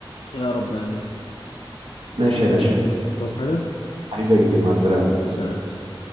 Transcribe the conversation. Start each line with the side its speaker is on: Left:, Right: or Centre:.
Left: يا رب امين
Right: ماشي يا باشا
Left: ماشي يا اخويا انت عاوز حاجه
Right: حبيبي يا كبير مع السلامه
Left: سلام